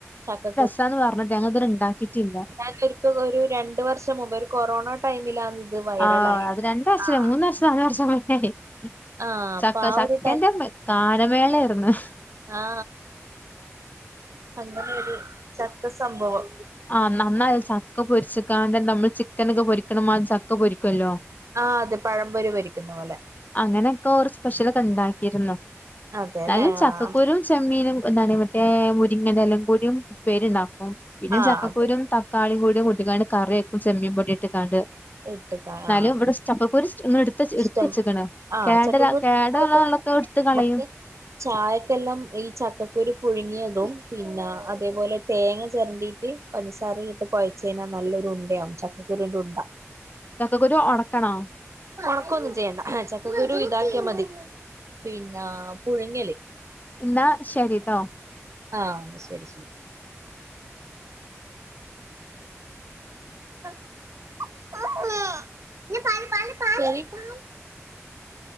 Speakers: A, on the right; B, on the left.
A: ചക്കക്കുരു
B: ഉണ്ടാക്കാന്ന് പറഞ്ഞിട്ട് ഞങ്ങള് ഇത് വരെ ഉണ്ടാക്കിട്ടില്ല
A: ഞാനൊര്ക്കൽ ഒരു രണ്ട് വർഷം മുമ്പ് ഒരു കൊറോണ ടൈമിലാന്ന് ഇത് വൈറലായത്
B: ആഹ് അത് രണ്ട് വർഷല്ല
A: ആഹ്
B: മൂന്ന് വർ ഷോ നാല് വർഷോ <unintelligible>
A: ആഹ് അപ്പൊ
B: ചക്ക
A: ആ
B: ചക്കെന്റെ
A: ഒരു
B: കാരമേള ആരുന്ന്
A: ആ അങ്ങനൊരു ചക്ക സംഭവം
B: ആഹ് നന്നായി ചക്ക പൊരിച്ചക്കാന്റെ നമ്മൾ ചിക്കന ക്കെ പൊരിക്കണമാ ചക്ക പൊരിക്കുവല്ലോ.
A: ആ അതെ പഴം പൊരി പൊരിക്കുന്ന പോലെ
B: അങ്ങനെയൊക്കെ ഓർ സ്പെഷ്യല ഒക്കെ ഉണ്ടാക്കിയിരുന്നു
A: അതെല്ലേ
B: എന്തായാലും ചക്കക്കുരും
A: ആഹ്
B: ചെമ്മീനും എന്താണ് മറ്റേ മുരിങ്ങ ൻ്റെ ല യും കൂടിം പ്പേരിണ്ടാക്കും പിന്നെ
A: ആഹ്
B: ചക്കക്കൂരും
A: അത്
B: തക് കാളി കൂടി കൂട്ടിക്കാണ്ട് കറി വെക്കും ചെമ്മീൻ പൊടിയിട്ട് കാണ്ട് എന്നാലും
A: ഇട്ടക്കാം ആഹ്
B: ഇവിടെ ചപ്പക്കൂരുഎടുത്ത്
A: ഇഷ്ടം
B: എടുത്ത് വച്ചക്കണ
A: ആഹ്
B: കേടര
A: ചക്കക്കുരു
B: കേടള്ളൊക്കെ
A: നമുക്ക്
B: എടുത്ത് കളയും
A: നമുക്ക് ചായക്കെല്ലാം ഈ ചക്കക്കുരു പുഴുങ്ങിയതും പിന്നെ അതേപോലെ തേങ്ങ ചെരണ്ടിട്ട് പൻസാര ഇട്ട് കുഴച്ചഴിഞ്ഞാൽ നല്ലൊരു ഉണ്ടയാകും ചക്കക്കുരൂന്റെ ഉണ്ട
B: ചക്കക്കുരു ഒണക്കണോ
A: ഒണക്കും ഒന്നും ചെയ്യേണ്ട ചക്കക്കുരു ഇതാക്കിയാമതി പിന്നെ പുഴുങ്ങിയല്ലെ
B: എന്നാ ശെരീട്ടോ
A: ആ ശെരി ശെരി <unintelligible>